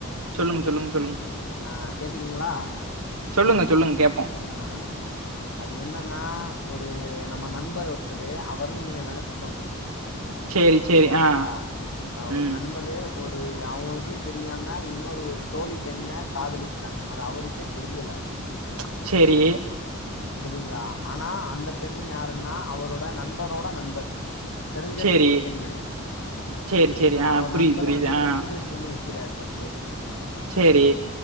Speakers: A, on the right; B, on the left.
A: சொல்லுங்க சொல்லுங்க சொல்லுங்க
B: ஆஹ் கேக்குறீங்களா
A: சொல்லுங்க சொல்லுங்க கேப்போ
B: ஆஹ் அது என்னன்னா ஒரு நம்ம நண்பர் ஒருத்தரு அவரு நீங்க நினைச்சுக்கோங்க
A: சேரி சேரி
B: சரிங்களா
A: ஆ
B: ஆஹ் ஒரு
A: ம்
B: நண்பரு ஒரு அவங்களுக்கே தெரியாம இன்னொரு ஒரு தோழி பெண்ண காதலிக்கிறாங்க அது அவருக்கே தெரியல
A: ம் செரி
B: செரிங்களா ஆனா அந்த பெண் யாருன் நா அவரோட நண்பரோட நண்பர் தெரிஞ்சப்
A: சேரி
B: ஒரு பெண்மணி
A: சேரி
B: சரிங்களா
A: சேரி ஆ
B: அவர்
A: புரியுது
B: நண்பர்
A: புரியுது
B: வந்து
A: ஆ
B: இன்ட்ரடியூஸ் பண்ணி வைக் இதான் பர்ஸ்ட்டு
A: சேரி